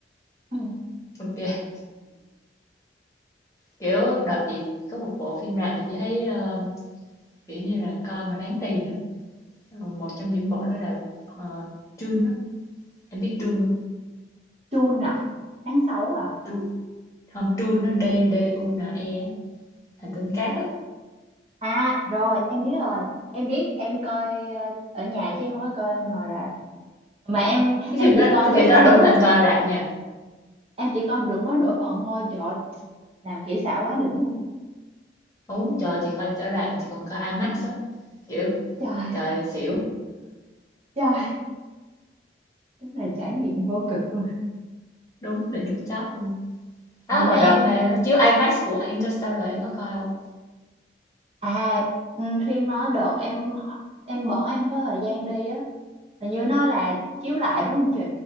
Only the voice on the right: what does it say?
<laughs>
June à tháng 6 à
à rồi em biết rồi em biết em coi ờ, ở nhà chứ em không có coi ngoài rạp mà em
em
chỉ coi
được
có
nửa
em chỉ coi được mới nửa phần thôi trời ơi, làm kỹ xảo quá đỉnh luôn
trời
trời đúng là trải nghiệm vô cực luôn
ờ,
mà em
à ừ, phim nó đợt em em bận em không có thời gian đi á hình như nó là chiếu lại đúng không chị